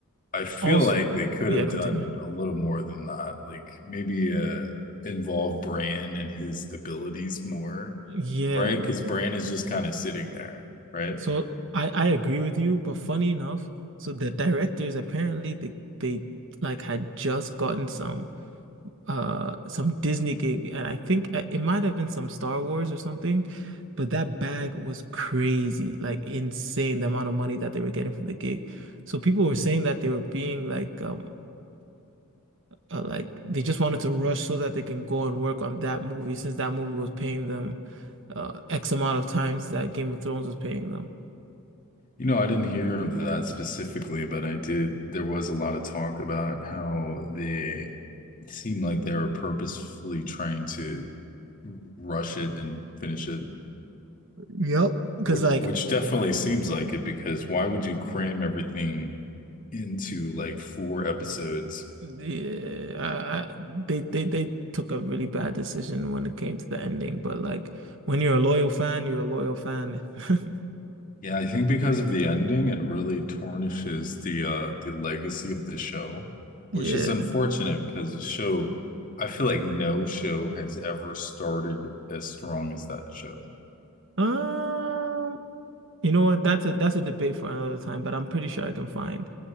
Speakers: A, on the left; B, on the right.
A: I feel
B: Also,
A: like they could
B: yeah,
A: have
B: continue.
A: done a little more than that. Like maybe uh involve Bran and his abilities more,
B: Yeah.
A: right? Because Bran is just kind of sitting there, right?
B: So I I agree with you, but funny enough, so the directors apparently they they like had just gotten some. uh some Disney gig and I think uh, it might have been some Star Wars or something, but that bag was crazy, like insane the amount of money that they were getting from the gig. So people were saying that they were being like um uh, like they just wanted to rush so that they can go and work on that movie since that movie was paying them uh X amount of times that Game of Thrones was paying them.
A: You know, I didn't hear of that specifically, but I did. There was a lot of talk about how the seemed like they were purposefully trying to rush it and finish it,
B: Yep. Because
A: which
B: like
A: which definitely seems like it because why would you cram everything into like four episodes?
B: Yeah, I, I, they they they took a really bad decision when it came to the ending. But like, when you're a loyal fan, you're a loyal fan. <laughs>
A: Yeah, I think because of the ending, it really tarnishes the uh the legacy of the show,
B: Yeah.
A: which is unfortunate because the show, I feel like no show has ever started as strong as that show.
B: Um, you know what? That's a that's a debate for another time. But I'm pretty sure I can find,